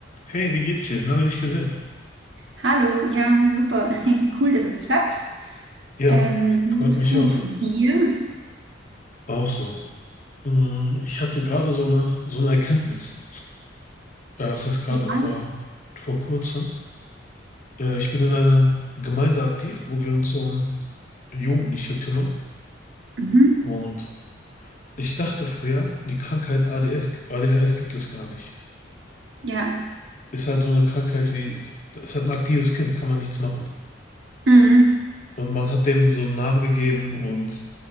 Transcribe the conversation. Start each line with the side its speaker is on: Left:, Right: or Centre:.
Left: Hey, wie geht's dir? Lange nicht gesehen.
Right: Hallo, ja, super. <laughs> Cool, dass es klappt.
Left: Ja,
Right: Ähm, mir
Left: freut
Right: geht's
Left: mich
Right: gut.
Left: auch.
Right: Dir?
Left: Auch so. Mm, Ich hatte gerade so eine, so eine Erkenntnis. Ja, das heißt gerade
Right: Ja.
Left: vor, vor kurzem. Ja, ich bin in einer Gemeinde aktiv, wo wir uns um Jugendliche kümmern.
Right: Mhm.
Left: Und ich dachte früher, die Krankheit ADS, ADHS gibt es gar nicht.
Right: Ja.
Left: Ist halt so eine Krankheit wie, ist halt ein aktives Kind, kann man nichts machen.
Right: Mhm.
Left: Und man hat dem so einen Namen gegeben und